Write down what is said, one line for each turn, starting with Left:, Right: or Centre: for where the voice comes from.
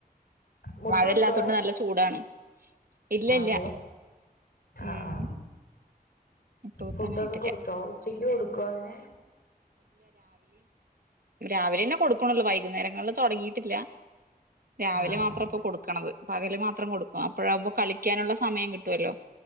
Left: മുട്ട
Right: മഴയില്ലാത്തൊണ്ട്
Left: കുത്തുവോ
Right: നല്ല ചൂടാണ് ഇല്ല
Left: അതെ
Right: ഇല്ല
Left: ആ
Right: ഉം
Left: ആ
Right: മുട്ടൂത്താനായിട്ടില്ല
Left: ഫുഡൊക്കെ കൊടുത്തോ ഉച്ച ഉച്ചക്ക് കൊടുക്കോ അവന്
Right: രാവിലെ തന്നെ കൊടുക്കണല്ലോ വൈകുന്നേരങ്ങളില് തൊടങ്ങിയിട്ടില്ല രാവിലെ
Left: ആഹ്
Right: മാത്രം ഇപ്പം കൊട്ക്ക്‌ണത് പകല് മാത്രം കൊടുക്കും അപ്പോഴാവുമ്പോ കളിക്കാനുള്ള സമയം കിട്ടുവല്ലോ